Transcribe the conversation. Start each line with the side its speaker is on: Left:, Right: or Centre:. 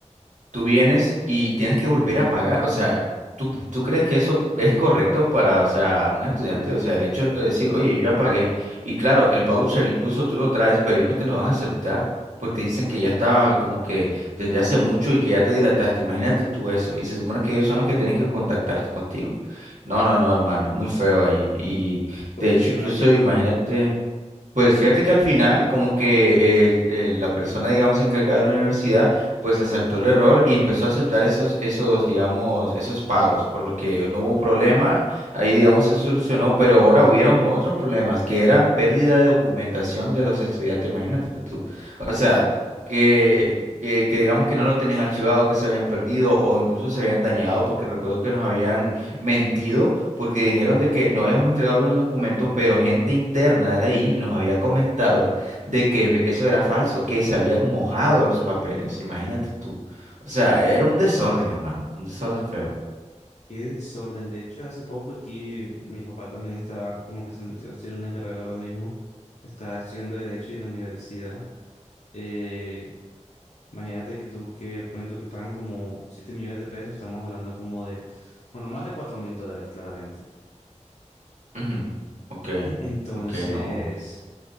Right: tú vienes y tienes que volver a pagar. O sea, ¿tú, tú crees que eso es correcto para, o sea, un estudiante? O sea, el hecho de decir, oye, yo ya pagué. Y claro, el voucher incluso tú lo traes, pero ellos no te lo van a aceptar porque dicen que ya estaba como que desde hace mucho y que ya te dilataste. Imagínate tú eso. Y se supone que ellos son los que tienen que contactarte contigo. No, no, no, hermano, muy feo ahí. Y
Left: ¿Cómo
Right: de hecho,
Left: hicieron
Right: incluso
Left: ahí?
Right: imagínate. Pues fíjate que al final, como que el- el- la persona, digamos, encargada de la universidad, pues aceptó el error y empezó a aceptar esos, esos, digamos, esos pagos, por lo que no hubo problema, ahí, digamos, se solucionó, pero ahora hubieron otros problemas, que era pérdida de documentación de los estudiantes, imagínate tú. O sea, que, que, que digamos que no lo tenían archivado, que se habían perdido o incluso se habían dañado, porque recuerdo que nos habían mentido porque dijeron de que no habíamos entregado algunos documentos, pero gente interna de ahí nos había comentado de que eso era falso, que se habían mojado los papeles, imagínate tú. O sea, era un desorden, hermano, un desorden feo.
Left: Qué desorden. De hecho, hace poco aquí mi papá también está como que se metió a estudiar una carrera ahora mismo. Está estudiando Derecho en la universidad. Eh, imagínate que tú que pones tú que pagan como 7 millones de pesos, estamos hablando como de, bueno, más de cuatro mil dólares, claramente.
Right: Ujú, Ok,
Left: <laughs> Entonces,
Right: ok, no.